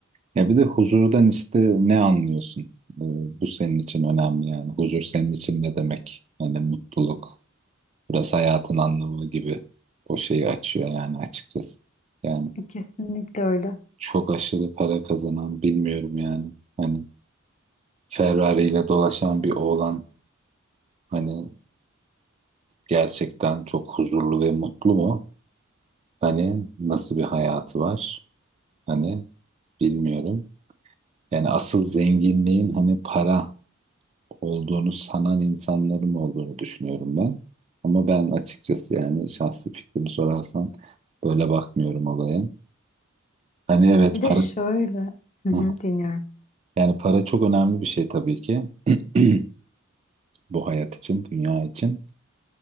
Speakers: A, on the right; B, on the left.
A: Ya bir de huzurdan işte ne anlıyorsun? E, bu senin için önemli yani. Huzur senin için ne demek? Hani mutluluk, Biraz hayatın anlamı gibi o şeyi açıyor yani açıkçası. Yani
B: E, Kesinlikle öyle.
A: çok aşırı para kazanan bilmiyorum yani. Hani Ferrari ile dolaşan bir oğlan hani gerçekten çok huzurlu ve mutlu mu? Hani nasıl bir hayatı var? Hani bilmiyorum. Yani asıl zenginliğin hani para olduğunu sanan insanların olduğunu düşünüyorum ben. Ama ben açıkçası yani şahsi fikrimi sorarsan böyle bakmıyorum olaya. Hani evet
B: Bir
A: para...
B: de şöyle, hı hı,
A: Hı
B: dinliyorum.
A: Yani para çok önemli bir şey tabii ki. <clears throat> Bu hayat için, dünya için.